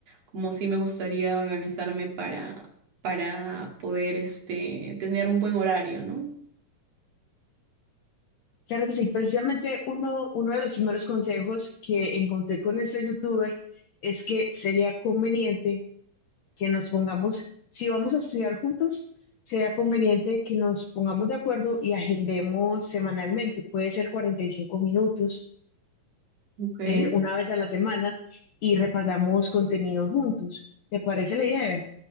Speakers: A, on the right (about 60°); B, on the left (about 75°).
A: como sí me gustaría organizarme para, para poder este, tener un buen horario, ¿no?
B: Claro que sí, precisamente uno, uno de los primeros consejos que encontré con este youtuber es que sería conveniente que nos pongamos, si vamos a estudiar juntos, sería conveniente que nos pongamos de acuerdo y agendemos semanalmente, puede ser 45 minutos,
A: okay
B: eh, una vez a la semana, y repasamos contenido juntos. ¿Te parece la idea?